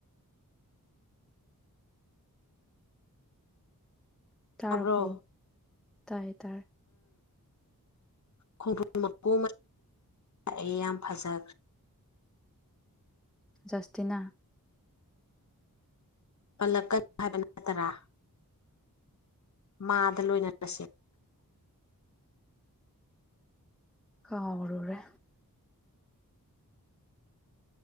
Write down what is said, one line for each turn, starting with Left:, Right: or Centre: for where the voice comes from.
Centre: ꯇꯥꯔꯔꯕꯣ
Left: ꯇꯥꯕ꯭ꯔꯣ
Centre: ꯇꯥꯏꯌꯦ ꯇꯔ
Left: ꯈꯣꯡꯗ꯭ꯔꯣꯟ ꯃꯀꯨ ꯂꯑꯦ ꯌꯥꯝ ꯐꯖ
Centre: ꯥꯁꯇꯅ
Left: ꯄꯜꯂꯛꯀ ꯍꯥꯏꯕꯅ ꯇꯔꯥ ꯃꯥꯗ ꯂꯣꯏꯅꯔꯁꯦ
Centre: ꯀꯥꯎꯔꯔꯦ